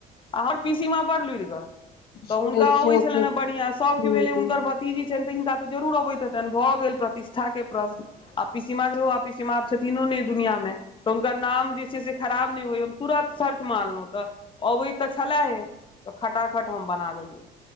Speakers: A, on the left; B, on the left.
A: आ हमर पीसीमाँ बड़ लुरिगर
B: सूरज
A: तऽ हुनका अबै
B: सेहो
A: छलैन
B: हूँ
A: ह बढ़िया सबके
B: हँ
A: भेलै हुनकर भ तिजी छनि तऽ हिनका तऽ जरूर अबैत हेतनि भऽ गेल प्रतिष्ठा के प्रश्न आ पिसीमाँ आब छथिनो नै एइ दुनिया मे तऽ हुनकर नाम जे छै से खराब नहि हो तुरत सर्च मारलौ तऽ अबै तऽ छलैहे तऽ खटाखट हम बना देलियै